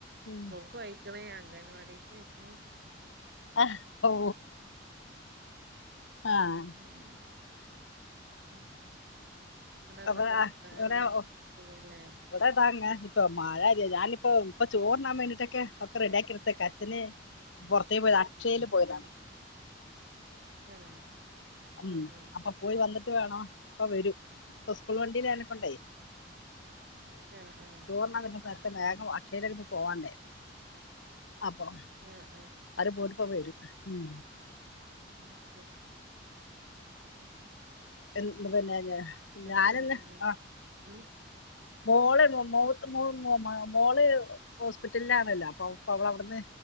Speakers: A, on the left; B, on the right.
A: ഉം
B: സ്കൂൾക്ക് വായിച്ചണ അംഗൻവാടിക്കുന്ന്
A: ആഹ ഓ ആഹ്
B: ഉം ഉം ന്നട്ട് എന്തൊക്കെ
A: അപ്പ
B: വർത്താനം
A: ഒടെഓ
B: സുഖല്ലേ
A: ഉവിടെ താങ്ങ ഇപ്പ മഴ ഞാനിപ്പ ഇപ്പ ചോറിനാൻ വേണ്ടിട്ടൊക്കെ
B: ഉം
A: റെഡിയാക്കി എടുത്തേക്കെ അച്ഛന് പുറത്തേക്ക് പോയത് അച്ചൽ പോയതാണ്
B: ഉം തന്നെ
A: ഉ
B: ഉം ഉം
A: അപ്പൊ പോയി വന്നിട്ട് വേണോ അപ്പ വരും ഇപ്പൊ സ്കൂൾ വണ്ടിൽനെക്കണ്ടേ
B: ആഹ് ആഹ്
A: ചോർന പിന്നെ സ വേഗം അക്ഷയിലേന്ന് പോവാണ്ടേ അപ്പൊ
B: ആം
A: അര പോട്ടപ്പ വരും ഉ
B: അ ശരി ഉ
A: എ പിന്നെന്ന ഞാനെന്നാ
B: പോണ് ഉം
A: ആഹ
B: ഉം
A: മോളെ മവ മൂ മോളെ ഹോസ്പിറ്റലിലാണല്ലോ അപ്പൊ അപ്പ അവള അവിടുന്ന്